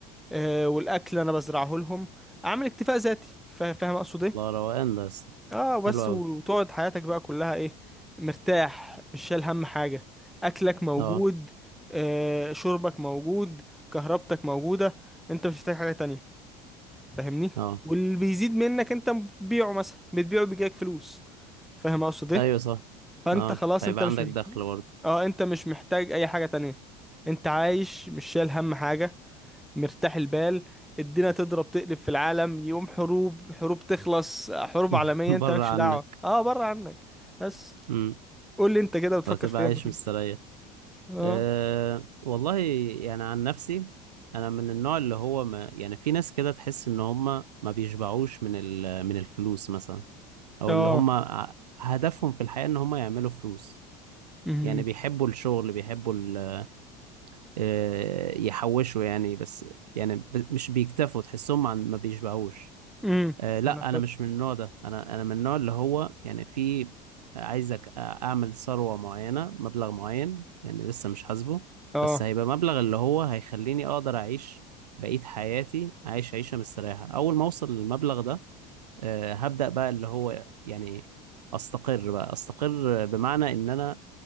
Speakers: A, in the centre; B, on the right (about 85°).
A: آه، والاكل انا بزرعه لهم اعمل اكتفاء ذاتي فا- فاهم اقصد
B: الله
A: ايه
B: روقان ده بس
A: اه بس
B: حلو قوي
A: و- وتقعد حياتك بقى كلها ايه مرتاح مش شايل هم حاجة اكلك موجود
B: اه
A: آه شربك موجود كهربتك موجودة انت مش محتاج حاجة تانية فاهمني
B: اه
A: واللي بيزيد منك انت بتبيعه مثلا بتبيعه بيجيلك فلوس فاهم اقصد ايه
B: ايوه صح
A: فانت
B: اه
A: خلاص
B: هيبقى
A: انت مش
B: عندك
A: محتاج
B: دخل برضه
A: اه انت مش محتاج اي حاجة تانية انت عايش مش شايل هم حاجة مرتاح البال الدنيا تضرب تقلب في العالم يقوم حروب حروب تخلص حروب
B: <laughs>
A: عالمية انت
B: بره
A: مالكش
B: عنك
A: دعوة اه بره عنك بس
B: امم
A: قول لي انت كده بتفكر
B: وهتبقى
A: في ايه
B: عايش
A: لما تكبر
B: مستريح
A: اه
B: أه والله يعني عن نفسي انا من النوع اللي هو ما يعني في ناس كده تحس ان هم ما بيشبعوش من ال- من الفلوس مثلا او
A: اه
B: اللي هم ع- هدفهم في الحياة ان هم يعملوا فلوس
A: امم
B: يعني بيحبوا الشغل بيحبوا ال- آه، يحوشوا يعني بس يعني ب- مش بيكتفوا تحسهم عن ما بيشبعوش
A: امم
B: آه لا
A: انا
B: انا
A: فاهم
B: مش من النوع ده انا انا من النوع اللي هو يعني في عايزك اعمل ثروة معينة مبلغ معين يعني لسه مش حاسبه
A: اه
B: بس هيبقى مبلغ اللي هو هيخليني اقدر اعيش بقية حياتي عايش عيشة مستريحة اول ما اوصل للمبلغ ده آه هبدأ بقى اللي هو يعني استقر بقى استقر بمعنى ان انا